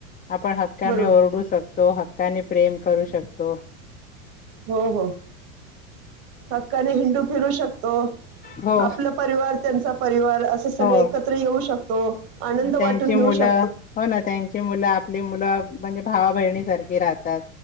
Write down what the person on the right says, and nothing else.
बरोबर
हो, हो हक्काने हिंडू फिरू शकतो
आपला परिवार त्यांचा परिवार असं सगळे
एकत्र येऊ शकतो आनंद
वाटून घेऊ
शकतो